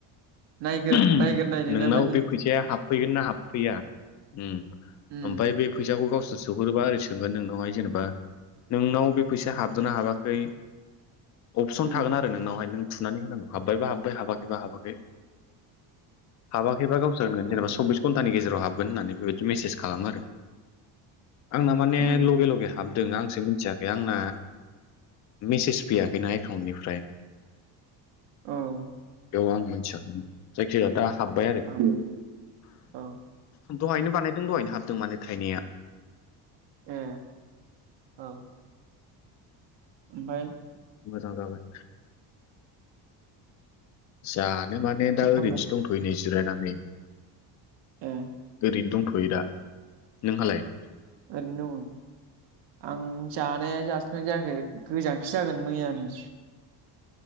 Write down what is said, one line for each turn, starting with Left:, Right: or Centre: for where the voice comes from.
Right: नायगोर
Left: उम
Right: नायगोर नायदोंना
Left: नोंनाव
Right: मानि
Left: बे फैसाया हाबफैगोन ना हाबफैया ओम
Right: उम
Left: ओमफाय बे फैसाखौ गावसोर सोहरोबा ओरै सोंगोन नोंनावहाय जेनेबा नोंनाव बे फैसा हाबगोना हाबाखै अपसन
Right: उम
Left: थागोन आरो नोंनावहाय नों थुनानै होनांगौ हाब्बायबा हाब्बाय हाबाखैबा हाबाखै हाबाखैबा गावसोर होनगोन
Right: औ
Left: जेनबा सब्बिस घन्टानि गेराव हाबगोन होननानै बेबायदि मेस खालामो आरो आंना माने
Right: उम
Left: लगे लगे हाबदों आंसो मिथियाखै आंना मेसेज फैयाखैना एकाउन्टनिफ्राय
Right: औ
Left: बेयाव आं मिथियाखैमोन जायखिजाया दा हाब्बाय आरो
Right: औ औ
Left: दहायनो बानायदों दहायनो हाबदों माने थाइनाया
Right: ओम ओं ओमफफाय
Left: मोजां जागोन जानो माने दा
Right: ओंखाम
Left: ओरैनोसो
Right: जा
Left: दंथ'यै नै जिरायनानै।
Right: ए
Left: ओरैनो दंथ'यो दा नोंहालाय?
Right: ओरैनो दं। आं जानाया जाथनाय जायाखै गोजांसो जागोन मैयानि।